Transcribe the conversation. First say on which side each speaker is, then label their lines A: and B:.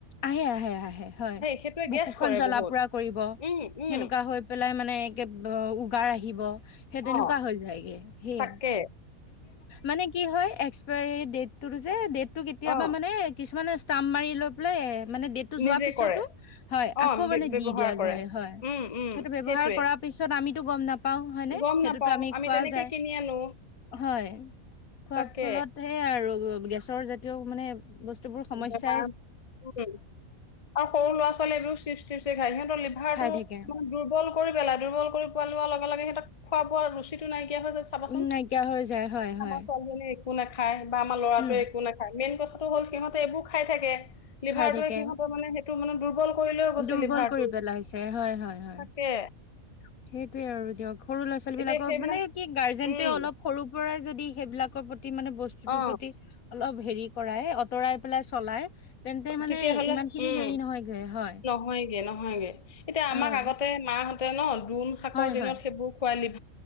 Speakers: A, on the left (about 75°); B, on the left (about 30°).
A: আহে আহে আহে হয়
B: সেইটোৱে
A: বুকুখন
B: গেছ কৰে
A: জ্বলা
B: বহুত।
A: পুৰা কৰিব
B: উম, উম,
A: সেনেকুৱা হৈ পেলাই মানে একে উগাৰ আহিব সেই তেনেকুৱা
B: অ',
A: হৈ যায়গে সেইয়াই
B: তাকে।
A: মানে কি হয়। ডেটতো যে ডেটটো কেতিয়াবা
B: অ',
A: মানে কিছুমানে ষ্টাম্প মাৰি লৈ পেলাই মানে ডেটটো যোৱাৰ
B: নিজে
A: পিছতো
B: কৰে।
A: হয়
B: অ',
A: আকৌ
B: ব্য-
A: মানে
B: ব্যৱহাৰ
A: দি দিয়া
B: কৰে।
A: যায় হয়
B: উম, উম,
A: সেইটো ব্যৱহাৰ
B: সেইটোৱে।
A: কৰাৰ পিছত আমি পাও হয়নে
B: গম
A: সেইটোতো
B: নাপাও
A: আমি খোৱা
B: তেনেকে
A: যায়।
B: কিনি আনো।
A: হয় খোৱাৰ
B: তাকে
A: ফলত হে আৰু গেছৰ জাতীয় মানে বস্তুবোৰ সমস্যা
B: বেমাৰ উম' আৰু সৰু ল'ৰা-ছোৱালীয়ে এইবোৰও চিপ- চিপচ খায় সিহঁতৰ লিভাৰটো
A: খাই থাকে
B: মানে দুৰ্বল। কৰি পেলাই দুৰ্বল কৰি পোৱা লোৱাৰ লগে-লগে সিহঁতৰ খোৱা-বোৱা ৰুচিটো নাইকিয়া হৈছে চাবাচোন
A: উম নাইকিয়া হৈ যায় হয় হয়
B: আমাৰ ছোৱালীজনী। একো নাখায় বা আমাৰ ল'ৰাটোৱে
A: উম
B: একো নাখায় মেইন কথাটো হ'ল সিহঁতে এইবোৰ খাই থাকে। লিভাৰটোৱে
A: খাই থাকে
B: সিহঁতৰ মানে সেইটো মানে দুৰ্বল। কৰি লৈ গৈছে
A: দুৰ্বল
B: লিভাৰটো
A: কৰি পেলাইছে হয় হয় হয়
B: তাকে
A: সেইটোয়ে আৰু দিয়ক সৰু ল'ৰা-ছোৱালী বিলাকক
B: এতিয়া সেইবিলাক
A: মানে কি গাৰ্জেন্টেও
B: উম
A: অলপ সৰুৰ পৰাই যদি সেইবিলাকৰ প্ৰতি মানে বস্তুটোৰ
B: অ
A: প্ৰতি অলপ হেৰি কৰাই আঁতৰাই পেলাই চলাই তেন্তে
B: তেতিয়াহ'লে
A: মানে ইমান খিনি
B: উম
A: হেৰি নহয়গৈ হয়।
B: নহয়গে নহয়গে, এতিয়া
A: হয়
B: আমাক আগতে মাহঁতে ন' দোন শাকৰ
A: হয়
B: দিনত
A: হয়
B: সেইবোৰ খুৱালিব